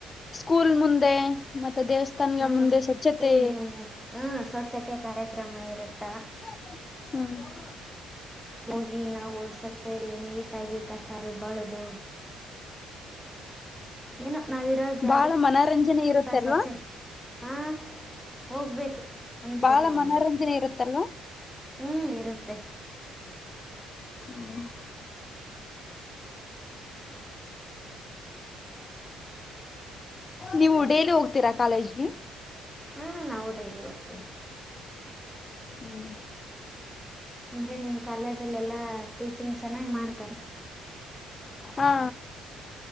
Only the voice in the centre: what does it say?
ಹ್ಮ್
ಸ್ಕೂಲ್ ಮುಂದೆ ಹ್ಮ್ ಸ್ವಚ್ಛತೆ ಕಾರ್ಯಕ್ರಮ ಇರುತ್ತಾ
ಹೋಗಿ ನಾವು ಸ್ವಚ್ಛವಾಗಿ ನೀಟಾಗಿ ಕಸಲು ಬಳೆದು ಏನೋ ಜಾಗ
ಸ್ವಚ್ಛ ಹಾ ಹೋಗ್ಬೇಕು ಒಂದ್
ಸರಿ ಆದ್ರು
ಹ್ಮ್ ಇರುತ್ತೆ
ಹಾ ನಾವು ಡೈಲಿ ಹೋಗ್ತೀವಿ.
ಅಂದ್ರೆ ನೀವ್ ಕಾಲೇಜ್ಲೆಲ್ಲಾ ಟೀಚಿಂಗ್ ಚೆನ್ನಾಗ ಮಾಡ್ತಾರ.